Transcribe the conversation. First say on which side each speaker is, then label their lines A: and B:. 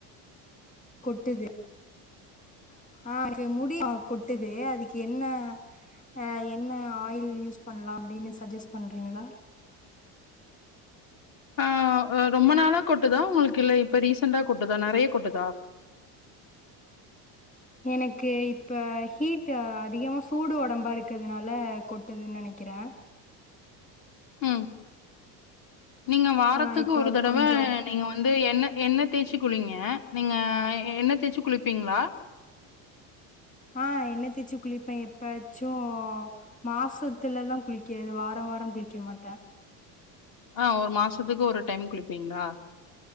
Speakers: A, on the left; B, on the left.
A: கொட்டுது ஆ இங் முடி அவனுக் கொட்டுது அதுக்கு என்ன ஆ என்ன ஆயில் யூஸ் பண்லா அப்டீனு சஜ்ஜஸ் பண்றீங்களா
B: ஆ ரொம்ப நாளா கொட்டுதா உங்களுக்கு இல்ல இப்ப ரீசெண்டா கொட்டுதா நெறைய கொட்டுதா
A: எனக்கு இப்போ ஹீட் அதிகமா சூடு ஒடம்பா இருக்கிறதுனால கொட்டுதுன் நெனைக்கிறே
B: ம் நீங்க வாரத்துக்கு
A: ஆ இப்ப
B: ஒரு தடவ
A: கொஞ்சோ
B: நீங்க வந்து எண்ணெ எண்ணெ தேய்ச்சு குளிங்க நீங்க எண்ணெ தேயச்சு குளிப்பீங்களா
A: ஆ எண்ணெ தேய்ச்சு குளிப்பே எப்பாச்சூ மாசத்துலதா குளிக்கே வாரோ வாரோ குளிக்க மாட்டே
B: ஆ ஒரு மாசத்துக்கு ஒரு டைம் குளிப்பீங்களா